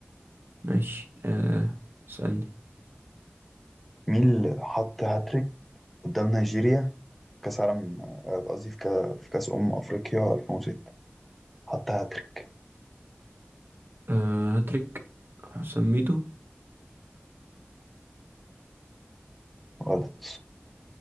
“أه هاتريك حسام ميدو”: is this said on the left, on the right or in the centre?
Right